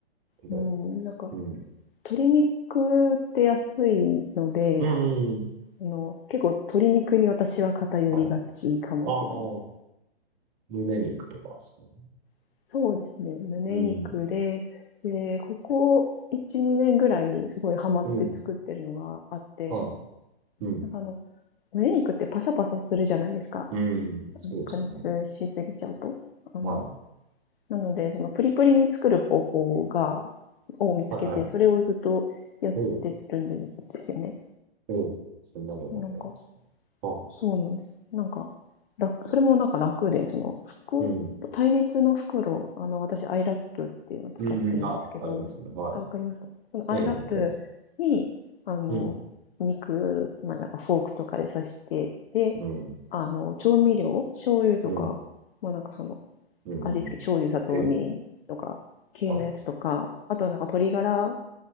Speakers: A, on the right; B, on the left.
A: 違うです。
B: うん、なんか
A: うん。
B: 鶏肉って安いので、
A: うん。うん
B: あの、結構鶏肉に私は偏りがちかもしれません。
A: はい。ああ、胸肉とかですかね。
B: そうですね。胸肉で、
A: うん。
B: で、ここ1、2年ぐらいすごいハマって作ってるのがあって、
A: うん。はい。うん。
B: なんかあの、胸肉ってパサパサするじゃないですか。
A: うん。そうですね。
B: あの加熱しすぎちゃうと。あの、
A: はい。
B: なので、そのプリプリに作る方法が、を見つけて、
A: はいはい。
B: それをずっとやってるんですよね。
A: おう、おう。そんなのがありますね。
B: でなんか、
A: は
B: そうなんです。なんか、楽、それもなんか楽で、その、袋、
A: い。うん。
B: 耐熱の袋、あの、私、アイラップっていうのを使ってるんですけど、
A: うん、うん。ああ、ありますね。は
B: あ、わかりますかそのアイラップに、
A: い。ええ、あります。
B: あの、
A: うん。
B: 肉、まあ、なんかフォークとかで刺して、で、
A: うん。
B: あの、調味料、醤油とか、
A: うん。
B: まあ、なんかその、
A: うん。
B: 味付け、醤油、砂糖、
A: で、
B: みりんとか、系のやつとか、
A: はい。
B: あとはなんか鶏ガラ